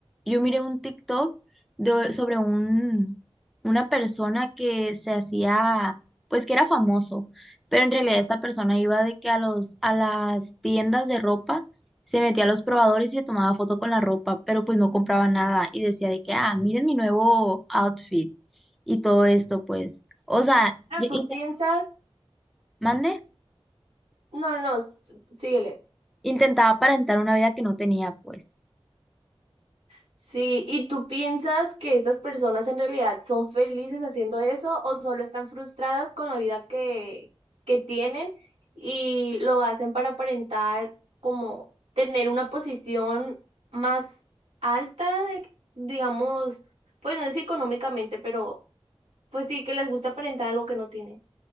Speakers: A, in the centre; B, on the right.
A: yo miré un TikTok de, sobre un, una persona que se hacía, pues que era famoso, pero en realidad esta persona iba de que a los, a las tiendas de ropa se metía a los probadores y se tomaba foto con la ropa, pero pues no compraba nada y decía de que, ah, miren mi nuevo outfit y todo esto, pues. O sea,
B: Pero
A: y-
B: tú
A: y-
B: piensas...
A: mande,
B: No, no, no, s- síguele.
A: intentaba aparentar una vida que no tenía, pues.
B: Sí, ¿y tú piensas que estas personas en realidad son felices haciendo eso o solo están frustradas con la vida que, que tienen y lo hacen para aparentar como tener una posición más alta, digamos, pues no sé si económicamente, pero pues sí que les gusta aparentar algo que no tienen?